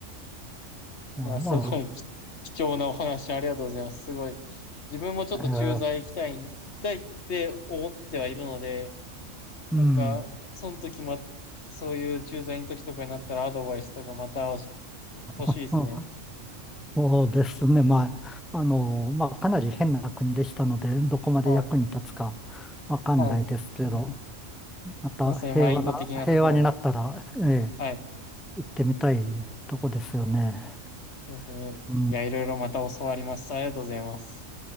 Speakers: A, in the centre; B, on the left (about 60°).
A: まあ、
B: いや、
A: ま
B: すごいき貴重なお話ありがとうございます。すごい。自分もちょっと駐在行きたい、
A: あええ、
B: 行きたいって思ってはいるので、
A: うん。
B: なんか、その時ま、そういう駐在の時とかになったらアドバイスとかまたおし欲しいですね。
A: あ、そうですね。まあ、あの、まあ、かなり変な国でしたので、どこまで役に立つかわかんないですけど、
B: はい。はい。<laughs>
A: また平和な、
B: まあそういうマインド的なところも。
A: 平和になったら、ええ、
B: はい。
A: 行ってみたいとこですよね。
B: そうですね。
A: うん。
B: いや、いろいろまた教わります。ありがとうございます。